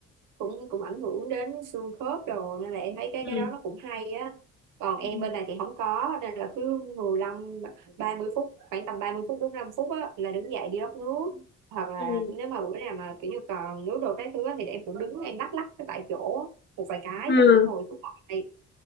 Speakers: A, on the right (about 85°); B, on the left (about 35°).
A: cũng cũng ảnh hưởng đến xương khớp rồi nên là em thấy cái
B: ừ.
A: cái đó nó cũng hay á còn em
B: Ừ.
A: bên này thì không có nên là cứ mười lăm, ba mươi phút khoảng tầm 30 phút 45 phút á, là đứng dậy đi rót nước hoặc là
B: Ừ.
A: nếu mà bữa nào mà kiểu như còn nước đồ cái thứ á, thì em cũng đứng em lắc lắc cái tại chỗ á, một vài cái
B: ừ
A: xong mới ngồi xuống lại